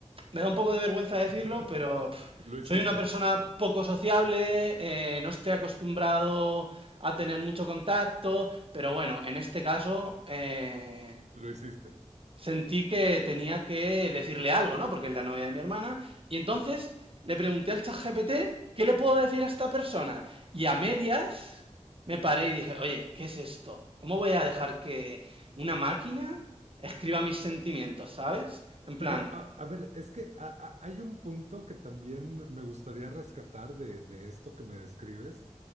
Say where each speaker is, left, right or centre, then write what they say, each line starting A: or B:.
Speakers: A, on the right; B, on the right.
A: me da un poco de vergüenza decirlo,
B: <laughs>
A: pero pf,
B: Lo hiciste,
A: soy una persona poco sociable, eh, no estoy acostumbrado a tener mucho contacto, pero bueno, en este caso eh,
B: lo hiciste.
A: sentí que tenía que decirle algo, ¿no? Porque es la novia de mi hermana. Y entonces le pregunté al ChatGPT, ¿qué le puedo decir a esta persona? Y a medias me paré y dije, oye, ¿qué es esto? ¿Cómo voy a dejar que una máquina escriba mis sentimientos, ¿sabes? En
B: Pero
A: plan,
B: a, a ver, es que a- a- hay un punto que también me gustaría rescatar de, de esto que me describes,